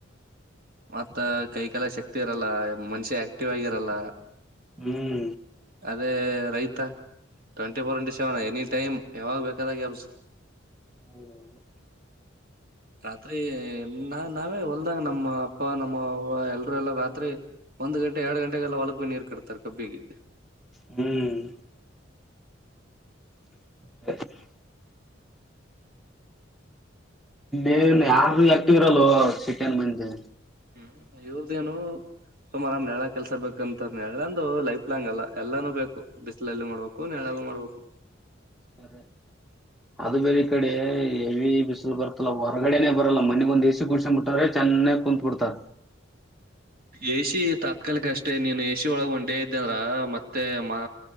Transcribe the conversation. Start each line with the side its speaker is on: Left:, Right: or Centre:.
Right: ಮತ್ತ ಕೈಕಾಲ ಶಕ್ತಿ ಇರಲ್ಲ ಮನುಷ್ಯ ಆಕ್ಟಿವ್ ಆಗಿರಲ್ಲ
Centre: ಹ್ಮ್
Right: ಅದೇ ರೈತ twenty four into seven any time ಯಾವಾಗ ಬೇಕಾದಾಗ ಎಬಸ್ಸ್
Centre: ಹೌದೌದು
Right: ರಾತ್ರಿ ನಾ ನಾವೇ ಹೊಲ್ದಂಗ ನಮ್ಮ ಅಪ್ಪ ನಮ್ಮ ಅವವ ಎಲ್ರುೂ ಎಲ್ಲ ರಾತ್ರಿ ಒಂದ್ ಗಂಟೆ ಎರಡು ಗಂಟೆಗೆಲ್ಲ ಹೊಲಕಿ ನೀರ್ ಕಟ್ತಾರ ಕಬ್ಬಿಗೆ.
Centre: ಹ್ಮ್ <inaudible> ಇೇ ಯಾರು ಆಕ್ಟಿವ್ ಇರಲ್ ಸಿಟಿನ್ ಮಂದಿ
Right: ಹ್ಮ್ ಇವ್ರದೇನು ಸುಮಾರ್ ನಳ್ಳಗ ಕೆಲ್ಸ ಬೇಕಂತ ನಳ್ಳಂದು ಲೈಫ್ ಲಾಂಗ್ ಅಲ್ಲ ಎಲ್ಲಾನೂ ಬೇಕು ಬಿಸ್ಲ ಎಲ್ಲ ಮಾಡ್ಬೇಕು ನೆಳಾಗು ಮಾಡ್ಬೇಕು
Centre: ಸ ಅದು ಬೇರೆಿ ಈ ಕಡೆ ಹೆವಿ ಬಿಸಿಲು ಬರ್ತಲ್ಲ ಹೊರಗಡೆನೆೇ ಬರಲ್ಲ ಮನೆಿಗೊಂದ್ ಎಸಿ ಕುಣಸಂಬಟ್ಟವ್ರೆ ಚೆನ್ನಾಗ ಕುೂತ್ಬಿಡ್ತಾರ.
Right: ಎಸ ತಾತ್ಕಾಲಿಕ ಅಷ್ಟೇ ನೀನು ಎ ಸಿ ಒಳಗ ಒಂದು ಡೇ ಇದ್ದ ಅಂದ್ರ ಮತ್ತೆ ಮಾ